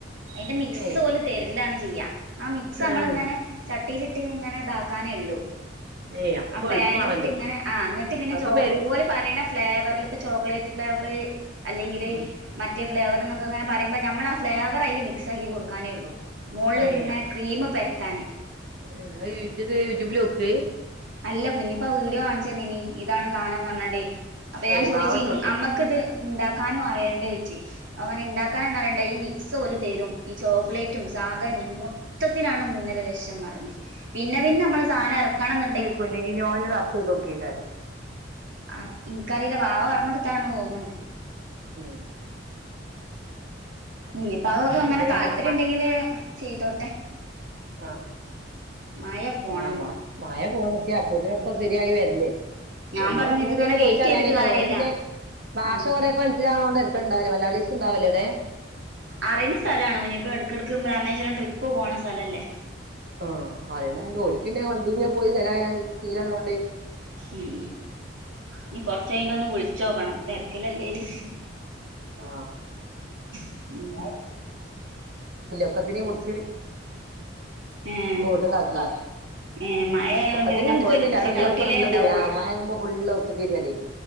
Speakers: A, on the right; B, on the right.
A: അയിന്റെ മിക്സ്
B: ഏഹ്
A: ഓല് തരലാണ് ചെയ്യ ആ മിക്സ് നമ്മളിങ്ങനെ
B: ഏഹ്
A: ച ചട്ടിയിലിട്ട് ഇങ്ങനെ ഇതാക്കാനേ ഉള്ളൂ
B: ഏയ് അപ്പൊ
A: ആ പാനിലിട്ട്
B: എളുപ്പാണല്ലോ
A: ഇങ്ങനെ ആ എന്നിട്ട് പിന്നെ
B: അപ്പൊ
A: ചോ
B: പേര്
A: ഓല് പറിണ ഫ്ലേവറില് ഇപ്പൊ ചോക്ലേറ്റ് ഫ്ലേവർ അല്ലെങ്കില്
B: ഉം
A: മറ്റേ ഫ്ലേവറ്ന്നൊക്കങ്ങന പറിമ്പോ നമ്മൾ ആ ഫ്ലവർ അയില് മിക്സാക്കി കൊടുക്കാനേ ഉള്ളൂ. മോളിലിങ്ങനെ
B: ഏയ്
A: ക്രീമ് പെര്ട്ടാന്.
B: അത് ഇജ്ജത് യൂട്യൂബില് നോക്ക്
A: അല്ല കുഞ്ഞിപ്പ വീഡിയോ കാണിച്ചനീനി ഇതാണ് സാനം പറഞ്ഞാണ്ട് അപ്പൊ
B: ഏഹ്
A: ഞാൻ ചോയിച്ച്
B: ബാവ ഇട്ട് കൊടുത്ത്
A: അമ്മക്ക് ഇത് ഇണ്ടാ കാനും അറിയണ്ടേ ഓച്ച് അപ്പർഞ്ഞ് ഇണ്ടാക്കാനിന്നറിയണ്ട ഈ മിക്സ് പോലെ തരും ഈ ചോക്ലേ റ്റും സാധനം മൊത്തത്തിലാണ് മൂന്നര ലക്ഷം നറഞ്ഞ് പിന്നെ പിന്നെ നമ്മള് സാധനം ഇറക്കണം ന്ന്
B: കൊല്ലെങ്കി ഞോന് നഷ്ടം തോക്കേക്കാരും
A: ആ ഇനികറില്ല വാവ പറഞ്ഞ് കൊടുത്താണ് തോന്നുന്നുണ്ട്
B: ഉം
A: ഞ്ഞിപ്പകൊക്കെ അങ്ങനെ
B: പിന്നെ
A: താല്പര്യം
B: ഈ മ
A: ഇണ്ടെങ്കില് ചെയ്തോ
B: ആ
A: മായ പോണംന്ന്
B: ആ മാ മായ പോണസിയ അക്കുതിര ഇപ്പൊ ശരിയായി വരല്ലേ
A: ഞാൻ
B: എന്താ
A: പറഞ്ഞ്
B: അങ്ങരൊക്കെ
A: ഇതിങ്ങനെ വെയിറ്റ്
B: ചോദിച്ചറിയാനേക്കാരം
A: ചെയ്തിട്ട് കാര്യല്ല
B: ഓല് പിന്നെ ഭാഷ
A: ഉം
B: കൊറെയൊക്കെ മനസിലാവണോണ്ട് തരക്കേട്ണ്ടാവില്ല മലയാളിസ്ണ്ടാവല്ലേ ലേ
A: അറിയുന്ന സ്ഥലാണ് ഇനിയിപ്പോ ഇടക്കിടക്ക് രാമേശ്വരം ട്രിപ്പ് പോണ സ്ഥലല്ലേ
B: ആ അതിനാ ഓൽക്ക് പിന്നെ വണ്ടി പോയി ചലായി ശീലം ഉള്ളോണ്ട്
A: ഉം ഞ്ഞ് കുറച്ച് കഴിഞ്ഞിട്ടൊന്ന് വിളി ച്ചോകണം തിരക്കിലല്ലേല്
B: ആ
A: മ് <unintelligible>
B: ഒക്കത്തിനെയും പിടിച്ച്
A: ഏ <unintelligible>
B: റോട്ട്ക്ക് ആക്കീണ്
A: ഏ മഴ ആയൊണ്ട്
B: ഒക്കത്തിനും
A: പിന്നെ
B: പിടിച്ചൊന്നുമില്ല
A: പോയി
B: അവിടെ
A: സിറ്റ്
B: ഉള്ളപ്പോ
A: ഔട്ടിലേ
B: ഉള്ളതേ
A: ഇണ്ടാവുള്ളൂ
B: ആ മഴയാകുമ്പോ ഫുള്ള് ഒത്തുക്ക് വരികയല്ലേ